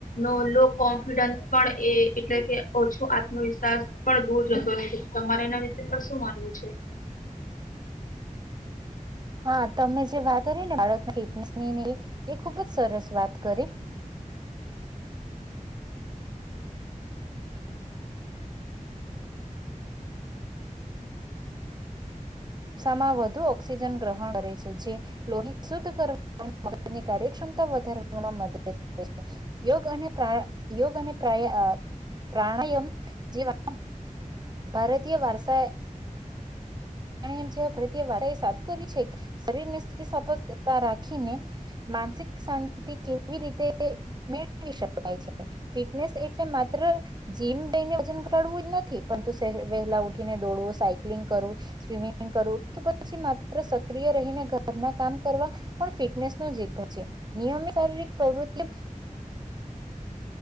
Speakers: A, on the left; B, on the right.
A: નો લો કોન્ફિડન્સ પણ એ એટલે કે ઓછો આત્મવિશ્વાસ પણ દૂર જતો તમારે ના તે પર શું માનવું છે
B: હા તમે જે વાત કરી ને બાળક ફિટનેસ ની એ ખુબ જ સરસ વાત કરી <unintelligible> વઘુ ઓક્સિજન ગ્રહણ કરે છે જે લોહી શુદ્ધ કરવા મની કાર્યક્ષમતા વધારવામાં મદદ કરે છે યોગ અને યોગ અને પ્ર પ્રાણાયામ જેવા ભારતીય વાર્ષા ભારતીય વાર્તાએ સાદ કરી છે શરીર ને સ્થિપકતા રાખીને માનસિક શાંતિ કેવી રીતે મેળવી શકાય છે ફિટનેસ એટલે માત્ર જીમ દઈને વજન ઘટાડવું જ નથી પરંતુ વહેલા ઉઠીને દોડવું સાયકલિંગ કરવું સ્વિમિંગ કરવું કે પછી માત્ર સક્રિય રહીને ઘરના કામ કરવા પણ ફિટનેસ નો જ છે નિયમિત શારીરિક પ્રવૃતિ